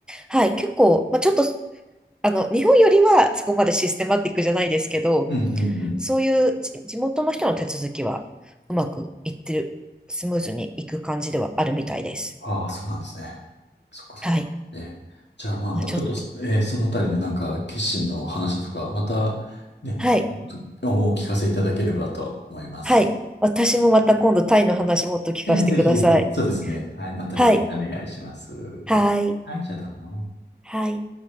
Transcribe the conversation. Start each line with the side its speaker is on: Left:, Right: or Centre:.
Centre: はい、結構、まあ、ちょっと、あの、日本よりはそこまでシステマティックじゃないですけど、
Left: うんうんうん。
Centre: そういうじ地元の人の手続きはうまくいってる、スムーズにいく感じではあるみたいです。
Left: ああ、そうなんですね。そっかそっか。
Centre: はい。
Left: ええ。じゃあまあ、
Centre: まあ、
Left: まあちょっと、
Centre: ちょっと。
Left: ええ、そのあたりのなんか決心の話とか、またね、
Centre: はい。
Left: おお聞かせいただければと思います。
Centre: はい。私もまた今度タイの話もっと聞かせてください。
Left: ええ、ぜひぜひ。そうですね。はい、またよろしくお願いします。
Centre: はい。はい。
Left: はい、じゃあどうも。
Centre: はい。